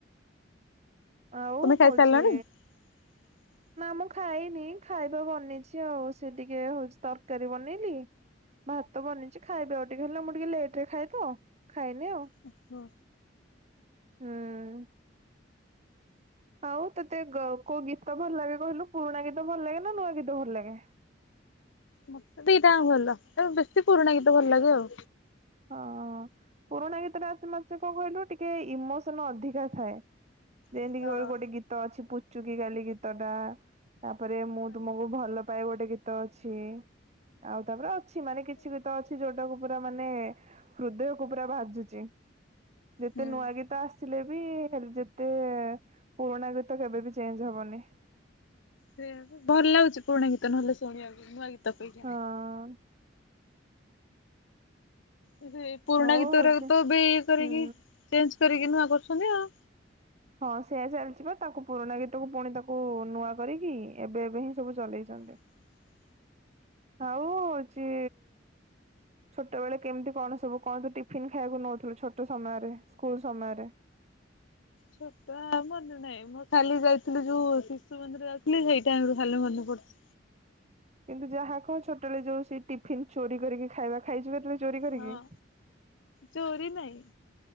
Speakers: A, on the right (about 35°); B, on the left (about 85°).
A: ଆଉ
B: ତମେ ଖାଇସାରିଲଣି?
A: ହଉଛି
B: <unintelligible>
A: ନା ମୁଁ ଖାଇନି। ଖାଇବା ବନେଇଛି ଆଉ ସେ ଟିକେ ହଉଛି ତରକାରୀ ବନେଇଲି। ଭାତ ବନିଇଛି ଖାଇବି ଆଉ ଟିକେ ହେଲେ ମୁଁ ଟିକେ ଲେଟରେ ଖାଏ ତ, ଖାଇନି ଆଉ।
B: ହ
A: ହୁଁ। ଆଉ ତତେ ଗ କୋଉ ଗୀତ ଭଲ ଲାଗେ କହିଲୁ? ପୁରୁଣା ଗୀତ ଭଲ ଲାଗେ ନା ନୂଆ ଗୀତ ଭଲ ଲାଗେ।
B: ମତେ ଦିଟା ଜାକ ଭଲ ବେଶୀ ପୁରୁଣା ଗୀତ ଭଲ ଲାଗେ ଆଉ
A: ହଁ ପୁରୁଣା ଗୀତ ଟା ମାନେ କଣ କହିଲୁ ଟିକେ ଇମୋସନ ଅଧିକା ଥାଏ ଯେନ୍ତିକି
B: ହଁ
A: ଗୋଟେ ଗୀତ ଅଛି ପୁଚୁକି ଗାଲି ଗୀତଟା ତାପରେ ମୁଁ ତୁମକୁ ଭଲ ପାଇଁ ଗୋଟେ ଗୀତ ଅଛି ଆଉ ତାପରେ ଅଛି ମାନେ କିଛି ଗୀତ ଅଛି ଯୋଉଟାକୁ ପୁରା ମାନେ ହୃଦୟକୁ ପୁରା ଭାଜୁଛି ଯେତେ
B: ହୁଁ
A: ନୂଆ ଗୀତ ଗୀତ ଆସିଲେ ବି ଯେତେ ପୁରୁଣା ଗୀତ କେବେବି ଚେଞ୍ଜ ହବନି
B: ସେଇ ଭଲ୍ ଲାଗୁଛି ପୁରୁଣା ଗୀତ ନହେଲେ ଶୁଣିବାକୁ ନୂଆ ଗୀତ ଅପେକ୍ଷା।
A: ହଁ
B: କିନ୍ତୁ ଏ ପୁରୁଣା
A: ଆଉ
B: ଗୀତ
A: ହଉଛି
B: ଗୁଡାକୁ ଏବେ ଇଏ କରିକି
A: ହୁଁ
B: ଚେଞ୍ଜ କରିକି ନୂଆ କରୁଛନ୍ତି ଆଉ
A: ହଁ ସେଆ ଚାଲିଛି ବା ତାକୁ ପୁରୁଣା ଗୀତକୁ ପୁଣି ତାକୁ ନୂଆ କରିକି ଏବେ ଏବେ ହିଁ ସବୁ ଚଲେଇଛନ୍ତି
B: <unintelligible> <unintelligible>
A: ଆଉ ହଉଛି ଛୋଟବେେଳେ କେମିତି କଣ ସବୁ କଣ ତୁ ଟିଫିନ ଖାଇବାକୁ ନଉଥିଲୁ ଛୋଟ ସମୟରେ ସ୍କୁଲ ସମୟରେ?
B: ସେଟା ମନେ ନାହିଁ। ମୁଁ ଖାଲି ଯାଇଥିଲି ଯୋଉ ଶିଶୁ ମନ୍ଦିର ଯାଉଥିଲି ସେଇ ଟାଇମ ରୁ ଖାଲି ମନେ ପଡୁଥିଲା।
A: କିନ୍ତୁ ଯାହା କହ ଛୋଟବେଳେ ଯୋଉ ସେ ଟିଫିନ ଚୋରି କରିକି ଖାଇବା ଖାଇଛ କେତେବେଳେ ଚୋରି କରିକି?
B: ହଁ ଚୋରି ନାହିଁ।